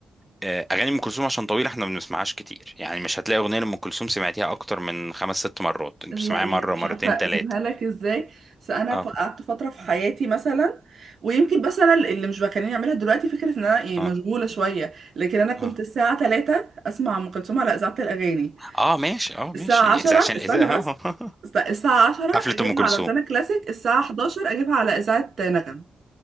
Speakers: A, in the centre; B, on the right (about 55°).
A: آه، اغاني ام كلثوم عشان طويله احنا ما بنسمعهاش كتير يعني مش هتلاقي اغنيه لام كلثوم سمعتيها اكتر من خمس ست مرات انت
B: لا
A: بتسمعيها
B: يعني
A: مره
B: انا مش
A: مرتين
B: عارفه
A: ثلاثه
B: اجيبها لك ازاي بس انا
A: اه
B: ف- قعدت فتره في حياتي مثلا ويمكن بس انا اللي مش بخليني اعملها دلوقتي فكره ان انا يعني
A: اه
B: مشغوله شويه لكن انا كنت
A: اه
B: الساعه 3 اسمع ام كلثوم على اذاعه الاغاني
A: اه ماشي اه ماشي
B: الساعه 10
A: اذا عشان
B: استنى
A: الاذاعه
B: بس
A: آه.
B: است- الساعه
A: <laughs>
B: 10
A: حفله
B: اجيبها
A: ام كلثوم
B: على روتانا كلاسيك الساعه 11 اجيبها على اذاعه نغم